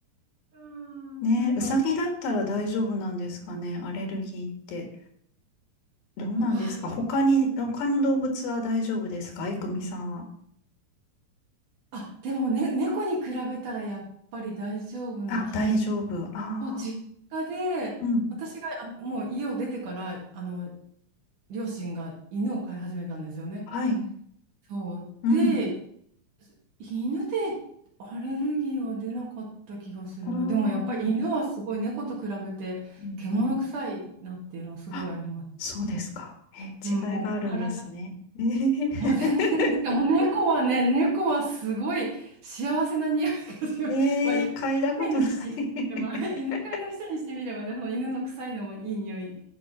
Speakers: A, on the right; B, on the left.
A: ううかなんか、
B: ね、ウサギだったら大丈夫なんですかね。
A: わ
B: アレルギーって。どうなんですか他に、
A: ー、
B: 他の動物は大丈夫ですかいくみさんは。
A: あ、でもね、猫に比べたらやっぱり大丈夫な気がします。
B: あ、大丈夫。ああ、
A: そう実家で、
B: うん。
A: 私があのもう家を出てから、あの、両親が犬を飼い始めたんですよね。
B: はい。
A: そう。
B: うん。
A: で、犬でアレルギーは出なかった気がするな。
B: おー。
A: でもやっぱり犬はすごい猫と比べて獣臭いなっていうのはすごいあります。
B: うんうん。あ、そうですか。え、
A: うん、もう体、
B: 違いがあるんですね。えー、
A: もう全然、しかも猫はね、猫はすごい幸せな匂いがする。
B: <laughs> えー嗅いだことない
A: <laughs> まあ、犬飼いの人にしてみれば、
B: <laughs>
A: 犬飼いの人にしてみればね、その犬の臭いのもいい匂い